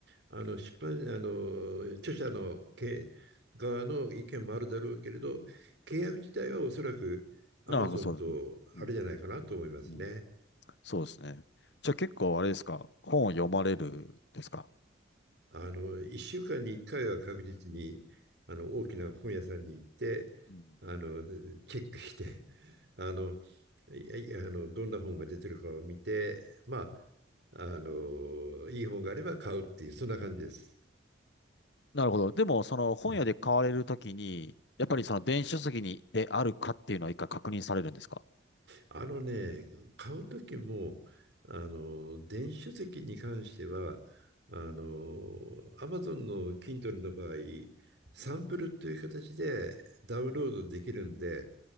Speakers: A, on the right (about 65°); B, on the left (about 65°).
A: あの出版、あの著者のけ側の意見もあるだろうけれど、契約自体はおそらくアマゾンとあれじゃないかなと思いますね。
B: なるほど、そうです。うん。うん。うんそうですね。じゃあ結構あれですか本を読まれるですか
A: あの1週間に1回は確実にあの大きな本屋さんに行ってあのチェックしてあの
B: うん
A: いやいやあのどんな本が出てるかを見て、まあ、あのいい本があれば買うっていうそんな感じです。
B: なるほど。でも、その本屋で買われるときに、
A: うん
B: やっぱりその電子書籍にであるかっていうのは一回確認されるんですか
A: あのね、買う時も、あの、電子書籍に関しては、あの、Amazon の Kindle の場合、サンプルという形でダウンロードできるんで、